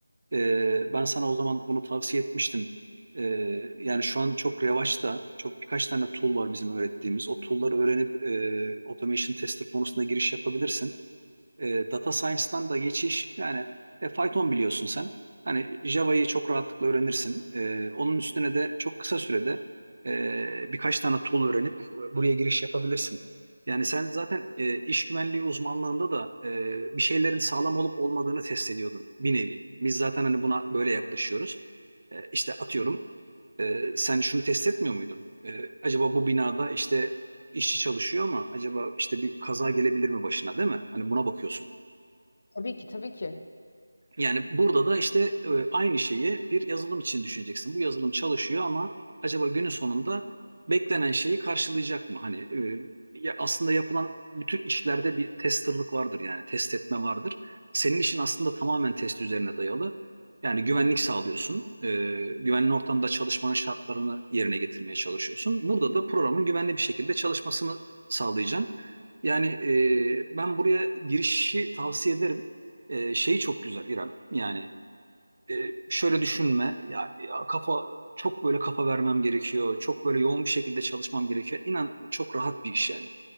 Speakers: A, on the right; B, on the left.
A: Ee, ben sana o zaman bunu tavsiye etmiştim. Ee, yani şu an çok revaçta, çok birkaç tane tool var bizim öğrettiğimiz. O tool'ları öğrenip e, automation tester konusunda giriş yapabilirsin. E, data science'dan da geçiş yani e, Python biliyorsun sen. Hani Java'yı çok rahatlıkla öğrenirsin. E, onun üstüne de çok kısa sürede e, birkaç tane tool öğrenip buraya giriş yapabilirsin. Yani sen zaten e, iş güvenliği uzmanlığında da e, bir şeylerin sağlam olup olmadığını test ediyordun bir nevi. Biz zaten hani buna böyle yaklaşıyoruz. E, işte atıyorum e, sen şunu test etmiyor muydun? E, acaba bu binada işte işçi çalışıyor ama acaba işte bir kaza gelebilir mi başına değil mi? Hani buna bakıyorsun.
B: Tabii ki tabii ki.
A: Yani burada da işte e, aynı şeyi bir yazılım için düşüneceksin. Bu yazılım çalışıyor ama acaba günün sonunda beklenen şeyi karşılayacak mı? Hani e, ya aslında yapılan bütün işlerde bir testerlık vardır yani test etme vardır. Senin işin aslında tamamen test üzerine dayalı. Yani güvenlik sağlıyorsun. E, güvenli ortamda çalışmanın şartlarını yerine getirmeye çalışıyorsun. Burada da programın güvenli bir şekilde çalışmasını sağlayacaksın. Yani e, ben buraya girişi tavsiye ederim. E, şeyi çok güzel İrem. Yani e, şöyle düşünme. Ya, ya kafa çok böyle kafa vermem gerekiyor. Çok böyle yoğun bir şekilde çalışmam gerekiyor. İnan çok rahat bir iş yani.